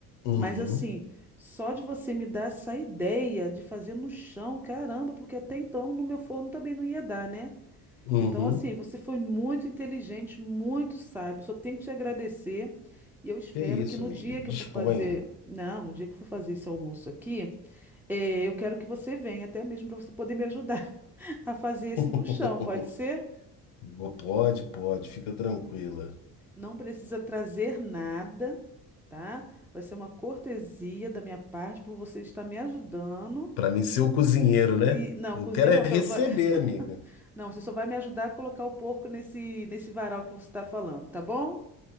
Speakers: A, on the left; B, in the centre.
A: Uhum,
B: Mas assim, só de você me dar essa ideia de fazer no chão, caramba, porque até então no meu forno também não ia dar, né?
A: uhum.
B: Então, assim, você foi muito inteligente, muito sábio. Só tenho que te agradecer. E eu espero
A: Que isso,
B: que no
A: amiga.
B: dia que
A: Disponha.
B: eu for fazer, não, no dia que eu for fazer esse almoço aqui, eh, eu quero que você venha, até mesmo para você poder me ajudar <laughs> a fazer esse
A: <laughs>
B: no chão, pode ser?
A: Bo- Pode, pode, fica tranquila.
B: Não precisa trazer nada, tá? Vai ser uma cortesia da minha parte por você estar me ajudando.
A: Para mim ser o cozinheiro, né?
B: E não,
A: Eu
B: cozinheiro
A: quero é
B: não, só
A: receber,
B: vai... <laughs>
A: amiga.
B: Não, você só vai me ajudar a colocar o porco nesse nesse varal que você está falando, tá bom?